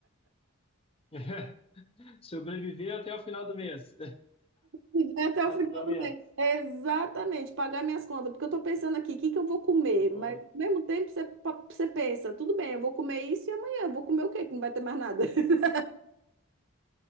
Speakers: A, on the left; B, on the right.
A: <laughs> Sobreviver até o final do mês.
B: Viver
A: <laughs>
B: até
A: Mais
B: o final
A: ou
B: do
A: menos.
B: mês. Exatamente, pagar minhas contas. Porque eu tô pensando aqui, o que que eu vou comer?
A: Boa.
B: Mas ao mesmo tempo você, pa- você pensa, tudo bem, eu vou comer isso e amanhã eu vou comer o quê? Que não vai ter mais nada. <laughs>